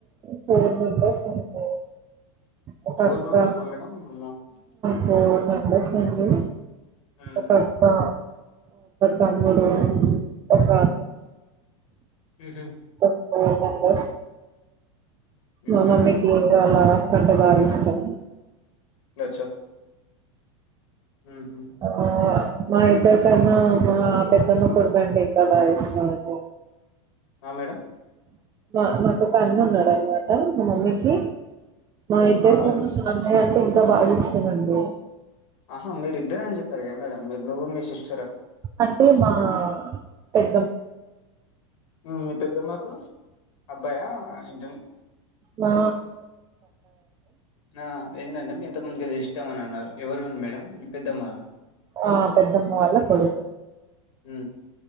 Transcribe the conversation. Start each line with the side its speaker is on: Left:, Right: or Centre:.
Right: ఫోర్ మెంబర్స్ అంతే ఒక
Left: ఫోర్
Right: అక్కా
Left: మెంబర్సా మేడం అమ్మో
Right: ఫోర్
Left: ఊహు
Right: మెంబర్స్ ఉంది
Left: ఊమ్
Right: ఒక అక్కా తమ్ముడు ఒక
Left: ఊహు
Right: అన్న మా
Left: ఊహు
Right: మమ్మీకి వాళ్ళ అంటే బాగిష్టం
Left: అచ్చా ఊహు
Right: ఆ మా ఇద్దరికన్నా మా పెద్దమ్మ కొడుకండి ఇంకా భారిశ్రమ
Left: మేడం
Right: మా మాకొక అన్న ఉన్నాడు అనమాట మా మమ్మీకి మా ఇద్దరికన్న
Left: ఆ
Right: అన్నయ్యన్టే త బావిస్తుదండి
Left: ఆహా మీరు ఇద్దరు అని జె ప్పారు కద మేడం మీరు నువ్వు మీ శిష్యు
Right: అంటే మా పెద్ద
Left: మీ పెద్దమ్మకు అబ్బాయా ఏంటండి
Right: నా
Left: ఆ ఏందండి కొంతమందికి ఇష్టం అని అన్నారు ఎవరు మేడం పెద్ద మన
Right: ఆ పెద్దమ్మ వాళ్ళ కొడుకు
Left: ఉ